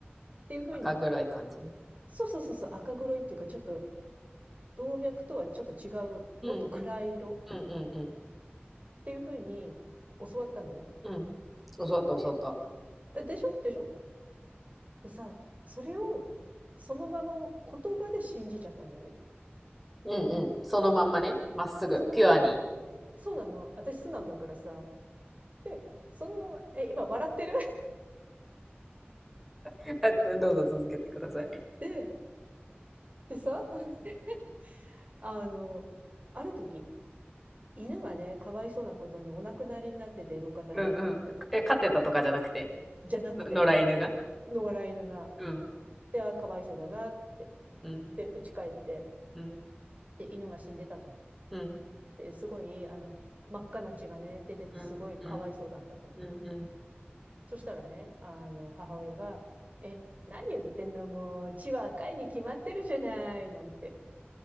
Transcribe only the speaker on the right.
ていう風に、
そうそうそうそう、赤黒いっていうか、ちょっと、動脈とはちょっと違う、
もっと暗い色
っていうふうに教わったのね。
で、でしょでしょでさ、それをそのままの言葉で信じちゃったのよね。
そのまま、
そうなの。私素直だからさ。で、そのまま、え、今笑ってる
<laughs> で、でさ、<laughs> あの、ある時、犬がね、かわいそうなことにお亡くなりになってて、路肩で。
じゃなくて、
野良犬が。
で、あ、かわいそうだなって。
で、家帰って、
で、犬が死んでたと。
って、すごい、あの、真っ赤な血がね、出てて、
すごいかわいそうだったと。
そしたらね、あの、母親が、え、何言ってんのもう、血は赤いに決まってるじゃない、なんて